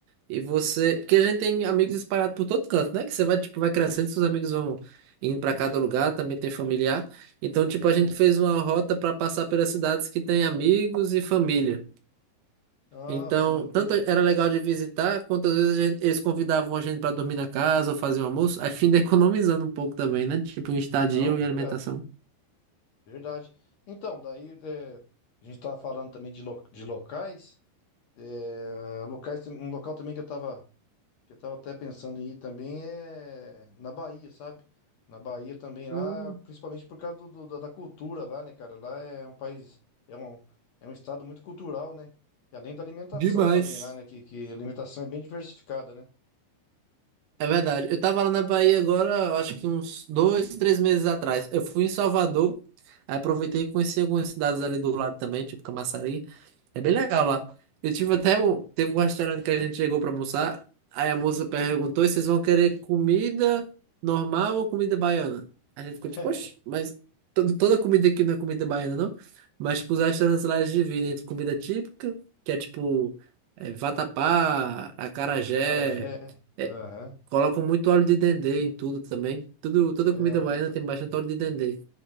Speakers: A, on the right; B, on the left.
A: E você, porque a gente tem amigos espalhados por todo canto, né? Que você vai, tipo, vai crescendo, seus amigos vão indo para cada lugar, também tem familiar. Então, tipo, a
B: Sim.
A: gente fez uma rota para passar pelas cidades que tem amigos e família.
B: Ah,
A: Então,
B: sim, tem-
A: tanto era legal de visitar, quanto às vezes a gente- eles convidavam a gente para dormir na casa ou fazer um almoço, a fim de economizando um pouco também, né? Tipo, em estadia
B: não, verdade,
A: e alimentação.
B: verdade. Então, daí, é, a gente tava falando também de, lo- de locais. É, um local, um local também que eu tava, que eu tava até pensando em ir também é na Bahia, sabe? Na Bahia também
A: Hum,
B: lá, principalmente por causa do, do- da da cultura lá, né, cara? Lá é um país, é um, é um estado muito cultural, né? E além da alimentação
A: demais.
B: também lá, né? Que, que a alimentação é bem diversificada, né?
A: É verdade. Eu tava lá na Bahia agora, eu acho que uns dois, três meses atrás. Eu fui em Salvador, aí aproveitei e conheci algumas cidades ali do lado também, tipo Camaçari. É bem legal lá. Eu tive até um, teve um restaurante que a gente chegou pra almoçar, aí a moça perguntou se vocês vão querer comida normal ou comida baiana. A gente
B: <laughs>
A: ficou tipo, poxa, mas todo, toda comida aqui não é comida baiana, não? Mas tipo, os restaurantes lá eles dividem entre comida típica, que é tipo é, vatapá, acarajé.
B: Carajé,
A: é,
B: aham.
A: Colocam muito óleo de dendê em tudo também. Tudo, toda
B: É,
A: comida
B: o-
A: baiana
B: é,
A: tem bastante óleo de dendê.